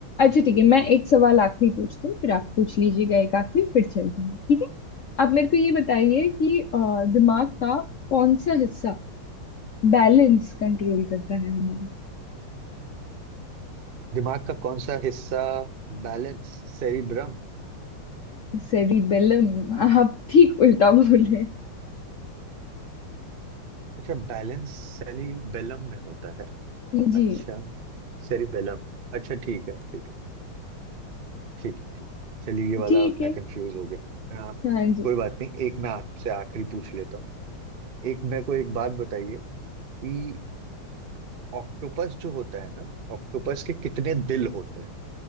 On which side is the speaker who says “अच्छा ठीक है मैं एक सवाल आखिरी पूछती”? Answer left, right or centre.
Left